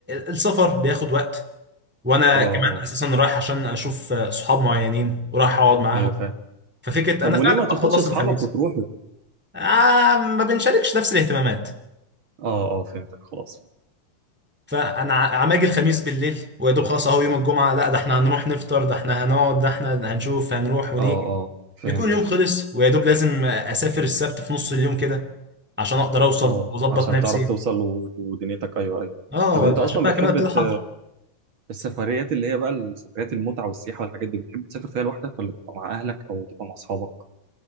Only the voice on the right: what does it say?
اه
اه
ايوه فاهم
طب
وليه
ما تاخدش
اصحابك
وتروحوا
اه اه فهمتك خلاص
اه اه فهمت
اه
عشان
تعرف توصل و- ودنيتك ايوه ايوه
طب انت اصلا
بتحب
الت-
السفريات اللي هي بقى السفريات المتعه والسياحه والحاجات دي بتحب تسافر فيها لوحدك ولا تبقى مع اهلك او تبقى مع اصحابك